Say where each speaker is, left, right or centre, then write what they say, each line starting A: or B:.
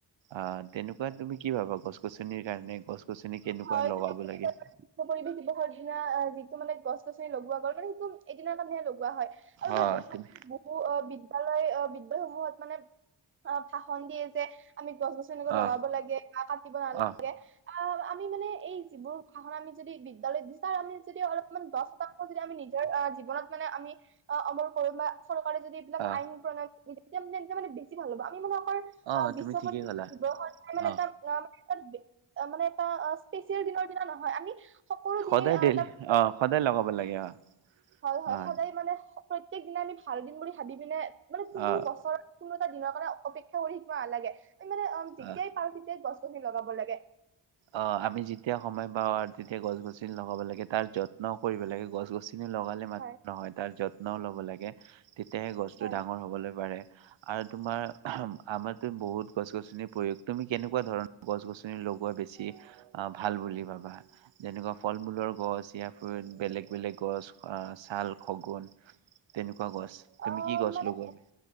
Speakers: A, on the right (about 70°); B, on the right (about 25°).
A: অ', তেনেকুৱা তুমি কি ভাবা গছ গছনিৰ কাৰণে গছ-গছনি কেনেকুৱা
B: হয়,
A: লগাব
B: তুমি
A: লাগে?
B: বিশ্ব পৰিৱেশ দিৱসৰ দিনা যিটো মানে গছ-গছনি লগোৱা গ'ল মানে সেইটো এদিনা মানহে লগোৱা হয় আৰু
A: অ
B: মানে দেখাত
A: তুমি
B: টো অ', বিদ্যালয় বিদ্যালয় সমূহত মানে অ', ভাষণ দিয়ে যে আমি গছ তেনেক
A: অ
B: লগাব লাগে বা কাটিব নালা
A: অ
B: গে অহ, আমি মানে এই যিবোৰ ভাষণ আমি যদি বিদ্যালয়ত দি তাৰ আমি যদি অলপমান দশ শতাংশ যদি আমি নিজৰ জীৱনত মানে আমি <unintelligible> কৰোঁ বা চৰকাৰে যদি এইবিলাক
A: অ
B: আইন প্ৰণয়ন দি তেতিয়া তেন্তে মানে বেছি ভাল হ'ব, আমি মানে
A: অ
B: বিশ্ব
A: তুমি
B: অ',
A: ঠিকেই
B: <unintelligible>
A: ক'লা
B: মানে
A: অ
B: এটা মানে মানে এটা অ', স্পেচিয়েল দিনৰ দিনা নহয় আমি সকলো
A: সদায়
B: দিনেই অহ,
A: ডেইলি
B: তাত
A: অ সদায় লগাব লাগে অ
B: হয় হয়
A: অ
B: সদায় মানে প্ৰ প্ৰত্যেক দিনা আমি ভাল দিন বুলি ভাবি পিনে মানে কোনো
A: অ
B: বছৰ কোনো এটা দিনৰ কাৰণে অপেক্ষা কৰি শিকিব নালাগে মানে যেতিয়াই
A: অ
B: পাৰোঁ তেতিয়াই গছ-গছনি লগাব লাগে।
A: অ', আমি যেতিয়া সময় পাওঁ আৰু তেতিয়া গছ-গছনি লগাব লাগে তাৰ যত্নও কৰিব লাগে গছ-গছনি লগালে নহয়
B: হয়
A: তাৰ যত্নও ল'ব লাগে তেতিয়াহে গছতো
B: হয়
A: ডাঙৰ হ'বলৈ পাৰে। আৰু তোমাৰ আমাৰো বহুত গছ-গছনি প্ৰয়োগ তুমি কেনেকুৱা ধৰণৰ গছ-গছনি লগোৱা বেছি অহ, ভাল বুলি ভাবা। যেনেকুৱা ফল-মূলৰ গছ ইয়াৰ বেলেগ বেলেগ গছ অ', ছাল খগুন। তেনেকুৱা গছ
B: অ
A: তুমি কি গছ
B: মানে
A: লগোৱা আমি?